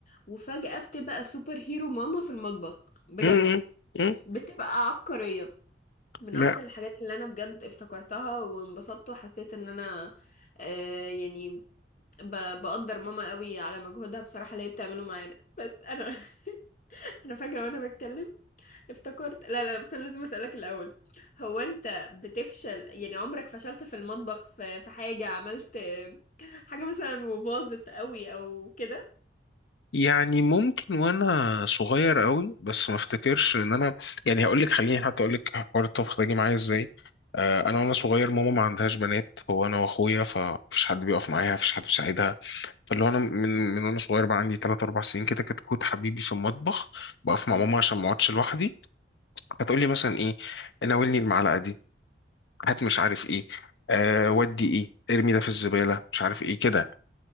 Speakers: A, on the left (about 45°); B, on the left (about 70°).
A: وفجأة بتبقى سوبر هيرو ماما في المطبخ بجد
B: مم، مم، مم.
A: بتبقى عبقرية من
B: لا
A: اكتر الحاجات اللي انا بجد افتكرتها وانبسطت وحسيت ان انا آه يعني ب- بقدر ماما قوي على مجهودها بصراحة اللي هي بتعمله معانا <laughs> بس انا <laughs> انا فجأة وانا بتكلم افتكرت لا لا بس انا لازم اسالك الاول هو انت بتفشل يعني عمرك فشلت في المطبخ في, في حاجه عملت حاجه مثلا وباظت قوي او كده
B: يعني ممكن وانا صغير قوي بس ما افتكرش ان انا يعني هقول لك خليني حتى اقول لك حوار الطبخ ده جه معايا ازاي آه، انا وانا صغير ماما ما عندهاش بنات هو انا واخويا فمفيش حد بيقف معايا مفيش حد بيساعدها فاللي هو انا من من وانا صغير بقى عندي 3 4 سنين كده كنت كنت حبيبي في المطبخ بقف
A: مم.
B: مع ماما عشان ما اقعدش لوحدي هتقول لي مثلا ايه ناولني المعلقه دي هات مش عارف ايه أه ودي ايه ارمي ده في الزباله مش عارف ايه كده